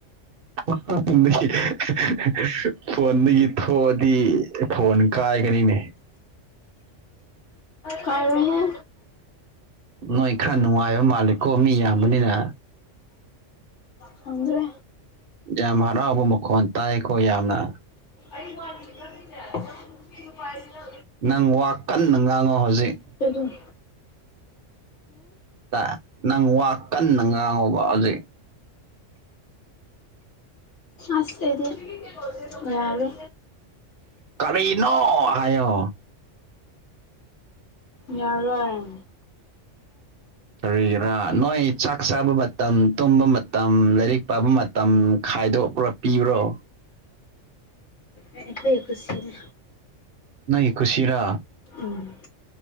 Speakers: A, on the right; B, on the left.
A: <unintelligible> ꯐꯣꯟꯗꯒꯤ ꯊꯣꯛꯑꯗꯤ ꯐꯣꯟ ꯀꯥꯏꯒꯅꯤꯅꯦ
B: ꯀꯥꯢꯔꯣꯢꯍꯦ
A: ꯅꯣꯏ ꯈꯔ ꯅꯨꯡꯉꯥꯏꯕ ꯃꯥꯜꯂꯤꯀꯣ ꯃꯤ ꯌꯥꯝꯕꯅꯤꯅ
B: ꯈꯪꯗ꯭ꯔꯦ
A: ꯌꯥꯝ ꯍꯔꯥꯎꯕ ꯃꯈꯣꯟ ꯇꯥꯏꯀꯣ ꯌꯥꯝꯅ
B: <unintelligible>
A: ꯅꯪ ꯋꯥ ꯀꯟꯅ ꯉꯥꯡꯉꯣ ꯍꯧꯖꯤꯛ
B: ꯇꯦ ꯗꯨꯡ
A: ꯇ ꯅꯪ ꯋꯥ ꯀꯟꯅ ꯉꯥꯡꯉꯨꯕ ꯍꯧꯖꯤꯛ
B: ꯑꯁ ꯍꯥꯏꯗꯤ ꯌꯥꯔꯦ꯫
A: ꯀꯔꯤꯅꯤ ꯍꯥꯏꯌꯣ
B: ꯌꯥꯔꯣꯏ
A: ꯀꯔꯤꯒꯤꯔꯥ ꯅꯣꯏ ꯆꯥꯛ ꯆꯥꯕ ꯃꯇꯝ ꯇꯨꯝꯕ ꯃꯇꯝ ꯂꯥꯏꯔꯤꯛ ꯄꯥꯕ ꯃꯇꯝ ꯇꯝ ꯈꯥꯏꯗꯣꯛꯄ꯭ꯔꯥ ꯄꯤꯕ꯭ꯔꯣ
B: ꯑꯩꯈꯣꯏ ꯀꯨꯁꯤꯅꯦ
A: ꯅꯣꯢꯒꯤ ꯀꯨꯁꯤꯔꯥ
B: ꯎꯝ